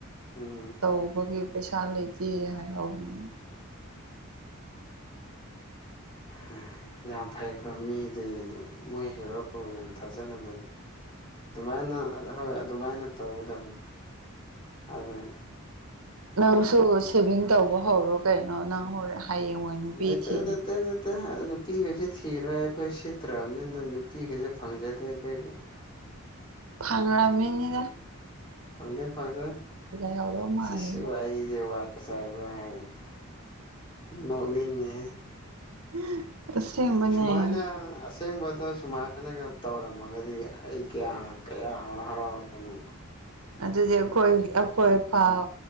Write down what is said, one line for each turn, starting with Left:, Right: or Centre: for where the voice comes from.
Left: ꯎꯝ
Right: ꯇꯧꯕꯒꯤ ꯄꯩꯁꯥ ꯂꯩꯇꯦ ꯍꯥꯏꯍꯧꯕꯅꯤ
Left: ꯎꯝ ꯌꯥꯝ ꯐꯩꯀꯣ ꯃꯤꯗꯤ ꯃꯣꯏ ꯍꯦꯔꯣ ꯌꯥꯝ ꯊꯥꯖꯅ ꯂꯩ ꯑꯗꯨꯃꯥꯏꯅ ꯍꯣꯏ ꯑꯗꯨꯃꯥꯏꯅ ꯇꯧꯒꯗꯕꯅꯦ ꯑꯗ
Right: ꯅꯪꯁꯨ ꯁꯦꯚꯤꯡ ꯇꯧꯕ ꯍꯧꯔꯣ ꯀꯩꯅꯣ ꯅꯪ ꯍꯣꯔꯦꯟ ꯍꯌꯦꯡꯋꯥꯏ ꯅꯨꯄꯤ
Left: ꯂꯩꯇꯩ
Right: ꯊꯤꯔꯗꯤ
Left: ꯅꯇꯩ ꯅꯠꯇꯦ ꯅꯨꯄꯤꯒꯁꯨ ꯊꯤꯔꯣꯏ ꯑꯩꯈꯣꯏ ꯁꯤꯠꯇ꯭ꯔꯕꯅꯤꯅ ꯅꯨꯄꯤꯒꯁꯦ ꯐꯪꯖꯗꯦ ꯑꯩꯈꯣꯏꯒꯤ
Right: ꯐꯪꯔꯃꯤꯅꯤꯗ
Left: ꯐꯪꯗꯦ ꯐꯪꯗꯦ
Right: ꯂꯩꯍꯧꯗꯧ
Left: ꯏꯁ
Right: ꯃꯥꯜꯂꯦꯗ
Left: ꯏꯁ ꯋꯥꯔꯤꯗꯤ ꯋꯥꯏ ꯆꯥꯏꯕꯒ ꯍꯥꯏꯌꯦ ꯅꯣꯛꯅꯤꯡꯉꯦꯍꯦ
Right: <unintelligible> ꯑꯁꯦꯡꯕꯅꯦ
Left: ꯁꯨꯃꯥꯏꯅ ꯑꯁꯦꯡꯕꯗ ꯁꯨꯃꯥꯏꯅꯒ ꯇꯧꯔꯝꯃꯒꯗꯤ ꯑꯩ ꯀꯌꯥ ꯀꯌꯥ ꯍꯔꯥꯎ ꯍꯔꯥꯎꯔꯅꯤ
Right: ꯑꯗꯨꯗꯤ ꯑꯩꯈꯣꯏ ꯑꯩꯈꯣꯏ ꯐꯥꯎ